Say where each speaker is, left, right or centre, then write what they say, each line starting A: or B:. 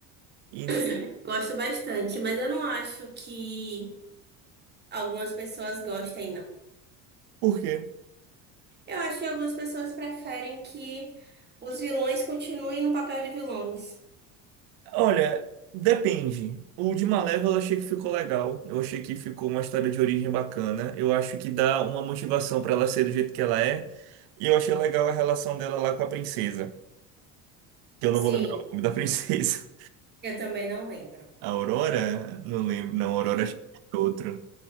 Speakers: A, on the right; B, on the right.
A: Então,
B: <coughs> Gosto bastante, mas eu não acho que algumas pessoas gostem, não.
A: por quê?
B: Eu acho que algumas pessoas preferem que os vilões continuem no papel de vilões.
A: Olha, depende. O de Malévola eu achei que ficou legal. Eu achei que ficou uma história de origem bacana. Eu acho que dá uma motivação pra ela ser do jeito que ela é. E eu achei legal a relação dela lá com a princesa. que eu não
B: Sim,
A: vou lembrar o nome da <laughs> princesa.
B: eu também não lembro.
A: A Aurora? Não lembro, não, a Aurora acho que é outro.